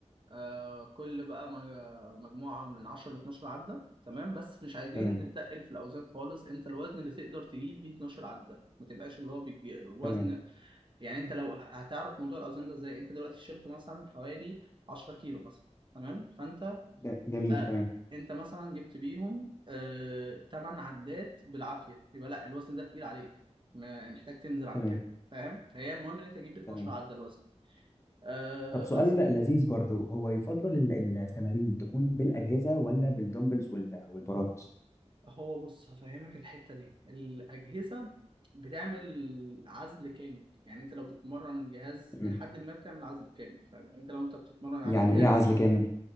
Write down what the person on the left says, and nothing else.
تمام
تمام
ج- جميل
تمام
تمام
تمام
طب سؤال
لذيذ برضو هو يفضل ال- التمارين تكون بالأجهزة ولا بالدمبلز وال- والبارات
تمام
يعني
ايه عزل كامل